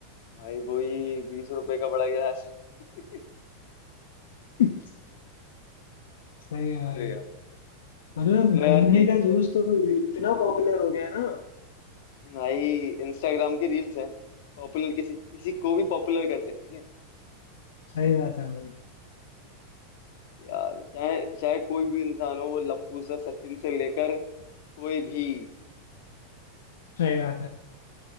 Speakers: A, on the left (about 65°); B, on the left (about 90°).
A: भाई वही बीस रुपए का बड़ा गिलास <laughs>
B: <laughs> सही है भाई
A: अरे यार
B: मतलब
A: चलो यार
B: गन्ने
A: देखते
B: का जूस
A: हैं
B: तो इतना पॉपुलर हो गया है ना
A: भाई इंस्टाग्राम की रील्स हैं पॉपुलर किसी किसी को भी पॉपुलर कर सकती हैं
B: सही बात है भाई
A: यार चाहे चाहे कोई भी इंसान हो वो लप्पू से सचिन से लेकर कोई भी
B: सही बात है